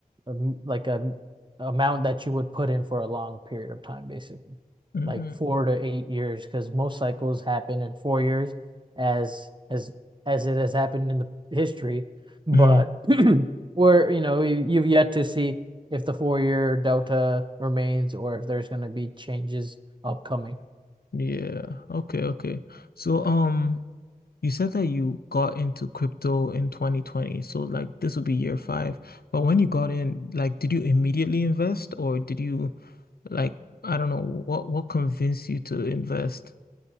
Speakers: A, on the right; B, on the left.
A: a m- like a m- amount that you would put in for a long period of time, basically,
B: Mm-mm.
A: like four to eight years, because most cycles happen in four years, as as as it has happened in the history, but
B: Mm.
A: <clears throat> where you know you- you've yet to see if the four year delta remains or if there's going to be changes upcoming.
B: Yeah. Okay, okay. So um you said that you got into crypto in 2020. So like this would be year five. But when you got in, like did you immediately invest or did you like I don't know what what convinced you to invest?